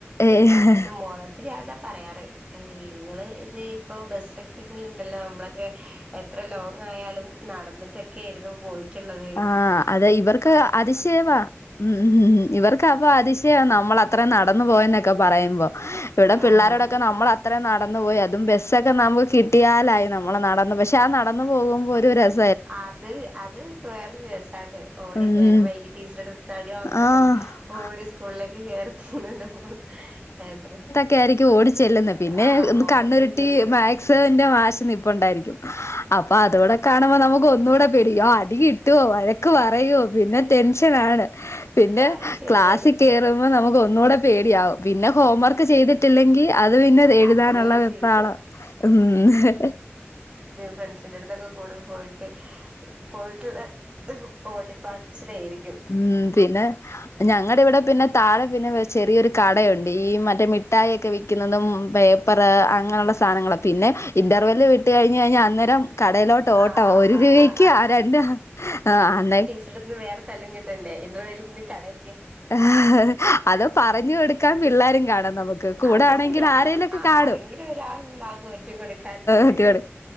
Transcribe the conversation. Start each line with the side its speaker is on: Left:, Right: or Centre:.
Left: ഏഹ്
Right: ഇപ്പം മോളട്ത്ത് ഞാതാ പറയാറ് ഇങ്ങള് ഇത് ഇപ്പൊ ബസ്സൊക്കെങ്കില്ണ്ടല്ലോ അമ്മളൊക്കെ എത്ര ലോങ്ങായാലും നടന്നിട്ടെക്കേര്ന്നു പോയിട്ട്ള്ളത്
Left: ആഹ് അതെ ഇവർക്ക് അതിശയവാ ഉംഉംഹ് ഇവർ ക്കപ്പൊ അതിശയാ നമ്മളത്ര നടന്നു പോയെന്നൊക്കെ പറയുമ്പോ ഇവിടെ പിള്ളാരോടൊക്കെ
Right: ആഹ്
Left: നമ്മള് അത്രേം നടന്നു പോയി അതും ബസ്സൊക്കെ നമുക്ക് കിട്ടിയാലായി നമ്മള് നടന്ന് പക്ഷെ ആ നടന്നു പോകുമ്പൊരു രസ
Right: അത് അത് വെ വേറൊര് രസാണ് ഓടി
Left: ഉം
Right: നേരം വൈകി ടീച്ചറെട്ത്ത്ന്ന് അടി വാങ്ങ്ണതും
Left: ആഹ്
Right: ഓടി സ്കൂൾലേക്ക് ഹ്ഹ്ഹ് എത്ര
Left: ഒക്കെ ആയിരിക്കും ഓടിച്ചെല്ലുന്നെ പിന്നെ
Right: ആഹ് ഓടിച്ചെല്ലുന്നത്
Left: കണ്ണുരുട്ടി മാക്സിന്റെ മാഷ് നിപ്പുണ്ടായിരിക്കും അപ്പൊ അതൂടെ കാണുമ്പോ നമുക്ക് ഒന്നൂടെ പേടിക്കും യോ അടി കിട്ടുവോ വഴക്ക് പറയോ പിന്നെ ടെൻഷനാണ് പിന്നെ
Right: അത് ശരിയാണ്
Left: ക്ലാസ്സിൽ കേറി റുമ്പ നമുക്കൊന്നൂടെ പേടിയാവും പിന്നെ ഹോം വർക്ക് ചെയ്തിട്ടില്ലെങ്കി അത് പിന്നെതെഴുതാനുള്ള
Right: അതിലുള്ള
Left: വെപ്പ്രാളം
Right: ചീത്ത
Left: ഉംഹ്
Right: ഫ്രണ്ട്സിൻ്റടുത്തൊക്കെ കൂടെ പോയിട്ടെ പോയിട്ടുള്ള ഓടിപാച്ച്ലായിരിക്കും
Left: ഉം പിന്നെ ഞങ്ങടിവിടെ പിന്നെ താഴെ പിന്നെ ചെറിയൊരു കടയൊണ്ട് ഈ മറ്റേ മിഠായൊക്കെ വിക്കുന്നതും പറ് അങ്ങനൊള്ള സാനങ്ങള പിന്നെ ഇൻ്റർവെല് വിട്ട് കഴിഞ്ഞഴിഞ്ഞാ അന്നേരം കടേലോട്ട് ഓട്ട
Right: ആഹ് ആഹ്
Left: ഒരു
Right: ആഹ്
Left: രൂപക്ക്
Right: ആഹ്
Left: ആ രണ്ട് ആഹ്
Right: ഇവിടുന്ന് വേറെ തല്ലും കിട്ടണ്ടെ ഇന്റർവെല്ലിന് കടെ
Left: ഹ്ഹ്ഹ അത് പറഞ്ഞു കൊടുക്കാൻ പിള്ളാരും കാണാം നമുക്ക് കൂടാണെങ്കി
Right: അത് ശരിയാ
Left: ആരേലും ലൊക്കെ
Right: ആരെങ്കിലും
Left: കാണും
Right: ഒരാൾ ഉണ്ടാകും ഒറ്റ കൊടുക്കാനുള്ളത്
Left: ഒറ്റുകൊടു